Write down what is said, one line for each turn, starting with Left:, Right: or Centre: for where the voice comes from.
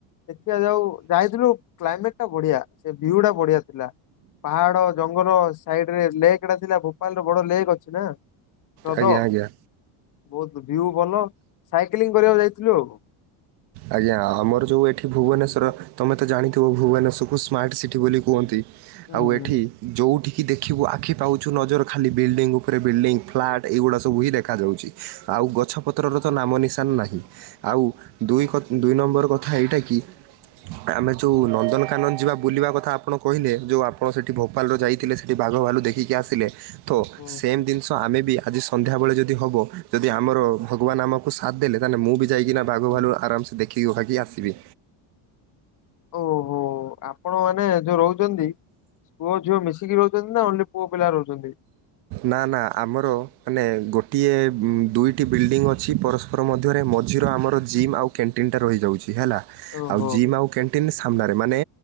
Left: <unintelligible> ସେ ଯାଉ ଯାଇଥିଲୁ କ୍ଲାଇମେଟ୍ ଟା ବଢିଆ ସେ ଭିୟୁ ଟା ବଢିଆ ଥିଲା ପାହାଡ ଜଙ୍ଗଲ ସାଇଡ୍ ରେ ଲେକ୍ଟା ଥିଲା ଭୋପାଳରେ ବଡ ଲେକ୍ ଅଛି ନା ହ୍ରଦ
Right: ଆଜ୍ଞା ଆଜ୍ଞା
Left: ବହୁତ ଭିୟୁ ଭଲ ସାଇକେଲିଂ କରିବାକୁ ଯାଇଥିଲୁ ଆଉ
Right: ଆଜ୍ଞା ଆମର ଯୋଉ ଏଠି ଭୁବନେଶ୍ଵର ତମେ ତ ଜାଣିଥିବ ଭୁବନେଶ୍ଵରକୁ ସ୍ମାର୍ଟ ସିଟି ବୋଲି କୁହନ୍ତି।
Left: ହୁଁ
Right: ଆଉ ଏଠି ଯେଉଁଠିକି ଦେଖିବୁ ଆଖି ପାଉଛୁ ନଜର ଖାଲି ବିଲ୍ଡିଙ୍ଗ ଉପରେ ବିଲ୍ଡିଙ୍ଗ ଫ୍ଲାଟ ଏଗୁଡ଼ା ସବୁ ହିଁ ଦେଖାଯାଉଛି। ଆଉ ଗଛ ପତ୍ରର ତ ନାମ ନିଶାନ ନାହିଁ ଆଉ ଦୁଇ <unintelligible> ଦୁଇ ନମ୍ବର କଥା ଏଇଟା କି ଆମେ ଯୋଉ ନନ୍ଦନକାନନ ଯିବା ବୁଲିବା କଥା ଆପଣ କହିଲେ ଯଉ ଆପଣ ସେଠି ଭ ଭୋପାଲ ଯାଇଥିଲେ ସେଠି ବାଘ ଭାଲୁ ଦେଖିକି ଆସିଲେ ତ
Left: ହୁଁ
Right: ସେମ୍ ଜିନିଷ ତ ଆମେ ବି ଆଜି ସନ୍ଧ୍ୟାବେଳେ ଯଦି ହବ ଯଦି ଆମର ଭଗବାନ ଆମକୁ ସାଥ ଦେଲେ ତାହେଲେ ମୁଁ ବି ଯାଇକିନା ବାଘ
Left: ହୁଁ
Right: ଭାଲୁ ଆରାମସେ ଦେଖିକି <unintelligible> ଭାଗି ଆସିବି
Left: ଓହୋ ଆପଣ ମାନେ ଯୋଉ ରହୁ ପୁଅ ଝିଅ ମିଶିକି ରହୁଛନ୍ତି ନା ଓନ୍ଲି ପୁଅ ପିଲା ରହୁଛନ୍ତି?
Right: ନା ନା ଆମର ମାନେ ଗୋଟିଏ ଦୁଇଟି ବିଲ୍ଡିଂ ଅଛି ପରସ୍ପ ର ମଧ୍ୟରେ ମଝିର ଆମର ଜିମ୍ ଆଉ କ୍ୟାଣ୍ଟିନ୍ ଟା ରହିଯାଉଛି। ହେଲା
Left: ଓହୋ
Right: ଆଉ ଜିମ୍ ଆଉ କ୍ୟାଣ୍ଟିନ୍ ସାମ୍ନାରେ ମାନେ